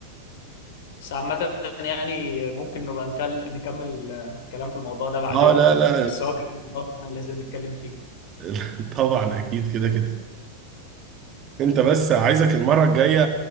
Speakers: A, on the left (about 55°); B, on the right (about 30°).
A: بس عامة يعني ممكن نبقى نكل... نكمل آه، كلام في الموضوع ده بعدين
B: اه لا
A: <laughs>
B: لا
A: بس هو كان الموضوع كان لازم نتكلم فيه
B: <laughs> طبعا اكيد كده كده انت بس عايزك المره الجايه